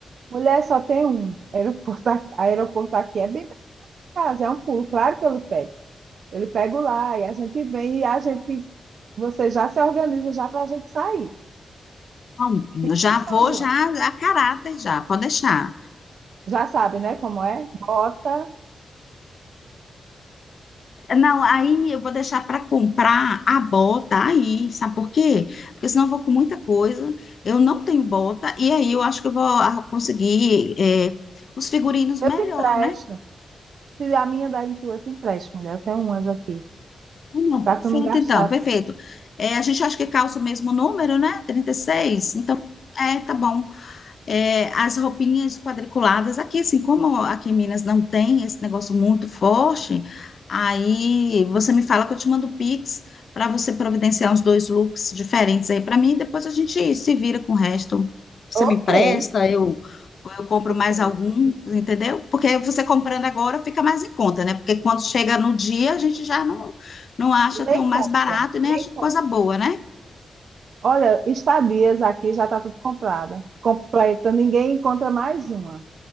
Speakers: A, on the right; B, on the left.
A: Mulher só tem um. Aeroporto, aqui- aeroporto aqui é bem perto da minha casa, é um pulo. Claro que eu lhe pego. Eu lhe pego lá e a gente vem e a gente, você já se organiza já para a gente sair.
B: Bom, já
A: E o São
B: vou
A: João?
B: já a caráter já, pode deixar.
A: Já sabe, né, como é? Bota,
B: Não, aí eu vou deixar para comprar a bota aí, sabe por quê? Porque senão eu vou com muita coisa, eu não tenho bota, e aí eu acho que eu vou ah, conseguir eh, os figurinos
A: eu
B: melhor,
A: te empresto.
B: né?
A: Se a minha da tua, eu te empresto, mulher. Eu tenho umas aqui,
B: Ah, Não,
A: para
B: perfeito,
A: tu não gastar.
B: então, perfeito. Eh, a gente acha que calça o mesmo número, né? 36. então, é, tá bom. é, as roupinhas quadriculadas. Aqui, assim, como aqui em Minas não tem esse negócio muito forte, aí você me fala que eu te mando o Pix para você providenciar uns dois looks diferentes aí para mim. Depois a gente se vira com o resto. Você me
A: Ok,
B: empresta,
A: ok,
B: eu, eu compro
A: ok.
B: mais algum, entendeu? Porque você comprando agora fica mais em conta, né? Porque quando chega no dia, a gente já não, não acha
A: Nem
B: tão mais
A: conta,
B: barato e nem
A: nem
B: acha
A: conta.
B: coisa boa, né?
A: Olha, estadias aqui já está tudo comprada, completa, ninguém encontra mais uma.